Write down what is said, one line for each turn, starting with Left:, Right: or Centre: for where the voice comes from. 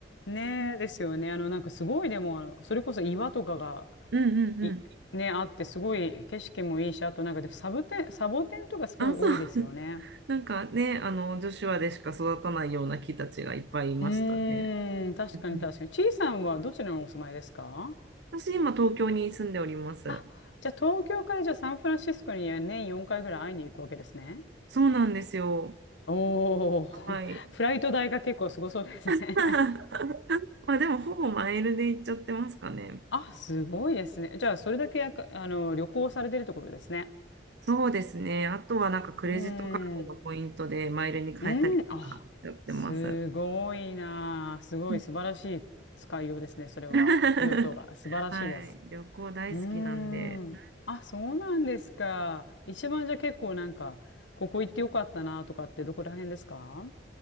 Left: ねえ、ですよね。あの、なんかすごいでも、あのそれこそ岩とかが、
Right: うんうんうん。
Left: い、ね、あって、すごい景色もいいし、あとなんかでサボテン、サボテンとかすごい多いですよね。
Right: あ、そう。なんかね、あの、女子話でしか育たないような木たちがいっぱいいましたね。
Left: うーん、確かに確かに。
Right: うん
Left: ちいさんはどちらにお住まいですか
Right: 私、今、東京に住んでおります。
Left: あ、じゃあ東京からじゃあサンフランシスコに年4回ぐらい会いに行くわけですね。
Right: そうなんですよ。
Left: おー、
Right: はい。
Left: <laughs> フライト代が結構すごそうですね。
Right: <laughs>
Left: <laughs>
Right: まあ、でも、ほぼマイルで行っちゃってますかね。
Left: あ、すごいですね。じゃあそれだけやかあの旅行されてるところですね。
Right: そうですね。あとは、なんか、クレジットカードのポイントでマイルに変えたりとかしちゃってます。
Left: うーん。うん、あ、すごいなあ。すごい素晴らしい使いようですね、
Right: うん
Left: それは。
Right: <laughs>
Left: 用途が素晴らしいです。
Right: はい。旅行大好きなんで。
Left: うーん。
Right: うん
Left: あ、そうなんですか。一番じゃあ結構なんか、ここ行ってよかったなとかってどこら辺ですか